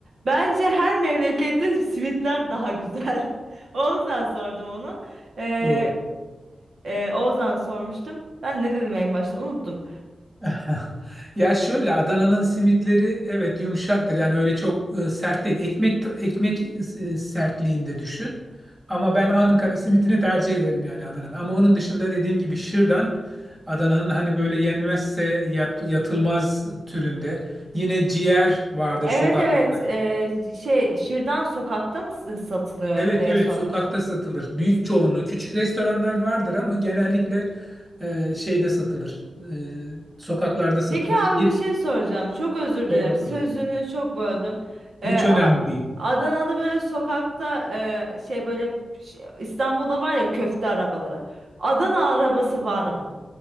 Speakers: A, on the right; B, on the right.
A: Bence her memlekette simitler daha güzel. <laughs> Oğuz'dan sordum onu. Eee
B: Doğru.
A: eee, Oğuz'dan sormuştum. Ben ne dedim en başta unuttum.
B: <laughs> Ya şöyle Adana'nın simitleri evet yumuşaktır. Yani öyle çok e, sert değil. Ekmek ekmek e, sertliğinde düşün. Ama ben Ankara simitini tercih ederim yani Adana'da. Ama onun dışında dediğim gibi şırdan Adana'nın hani böyle yenmezse yat- yatılmaz türünde. Yine ciğer vardır
A: Evet
B: sokaklarda.
A: evet eee, şey Şırdan sokakta mı s- satılıyor
B: Evet
A: diye
B: evet
A: sormuştum.
B: sokakta satılır. Büyük çoğunluğu küçük restoranlar vardır ama genellikle e, şeyde satılır. E, sokaklarda satılır.
A: Peki abi
B: Yine
A: bir şey soracağım. Çok özür dilerim.
B: zor bakılır.
A: Sözünü çok böldüm. Ee,
B: Hiç
A: A-
B: önemli değil.
A: Adana'da böyle sokakta e, şey böyle şey- İstanbul'da var ya köfte arabaları. Adana arabası var mı?